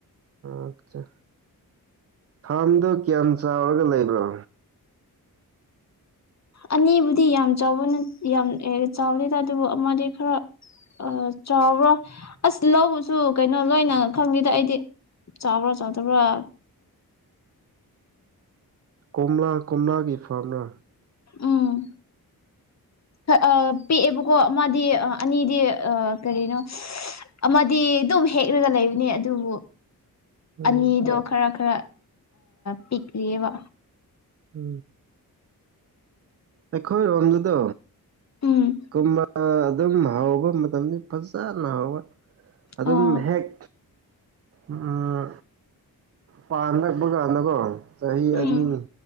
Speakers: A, on the right (about 40°); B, on the left (about 45°).
A: ꯑꯠꯆꯥ ꯐꯥꯝꯗꯣ ꯀ꯭ꯌꯥꯝ ꯆꯥꯎꯔꯒ ꯂꯩꯕ꯭ꯔꯣ
B: ꯑꯅꯤꯕꯨꯗꯤ ꯌꯥꯝ ꯆꯥꯎꯕꯅꯦ ꯌꯥꯝ ꯆꯥꯎꯗꯦꯗ ꯑꯗꯨꯕꯨ ꯑꯃꯗꯤ ꯈꯔ ꯑ ꯆꯥꯎꯕ꯭ꯔꯣ ꯑꯁ ꯂꯧꯕꯁꯨ ꯀꯩꯅꯣ ꯂꯣꯏꯅ ꯈꯪꯗꯦꯗ ꯑꯩꯗꯤ ꯆꯥꯎꯕ꯭ꯔꯣ ꯆꯥꯎꯗꯕ꯭ꯔꯥ
A: ꯀꯣꯝꯂꯥ ꯀꯣꯝꯂꯥꯒꯤ ꯐꯥꯝꯂ
B: ꯎꯝ ꯑ ꯄꯤꯑꯦꯕꯀꯣ ꯑꯃꯥꯗꯤ ꯑꯅꯤꯗꯤ ꯀꯔꯤꯅꯣ ꯑꯃꯗꯤ ꯑꯗꯨꯝ ꯍꯦꯛꯂꯒ ꯂꯩꯕꯅꯤ ꯑꯗꯨꯕꯨ
A: ꯎꯝ
B: ꯑꯅꯤꯗꯣ ꯈꯔ ꯈꯔ ꯄꯤꯛꯂꯤꯑꯦꯕ
A: ꯎ ꯑꯩꯈꯣꯏ ꯔꯣꯝꯗꯨꯗ
B: ꯎꯝ
A: ꯀꯣꯝꯂ ꯑꯗꯨꯝ ꯍꯥꯎꯕ ꯃꯇꯝꯗꯤ ꯐꯖꯅ ꯍꯥꯎꯕ ꯑꯗꯨꯝ
B: ꯑꯣ
A: ꯍꯦꯛ ꯎꯝ ꯄꯥꯟꯂꯛꯄ ꯀꯥꯟꯗꯀꯣ ꯆꯍꯤ
B: ꯎꯝ
A: ꯑꯅꯤ